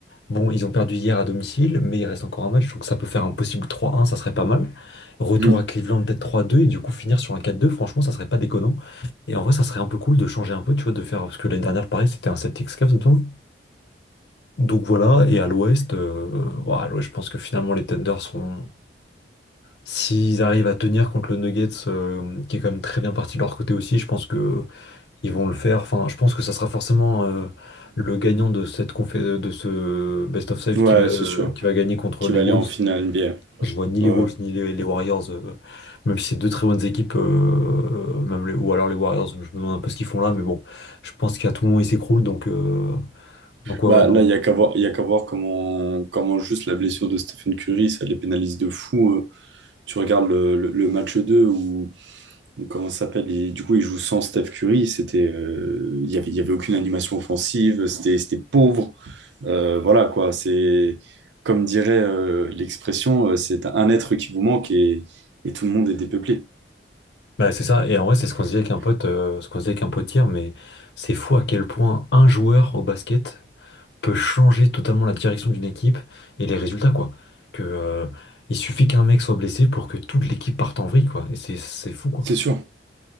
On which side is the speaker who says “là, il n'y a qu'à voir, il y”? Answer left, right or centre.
Right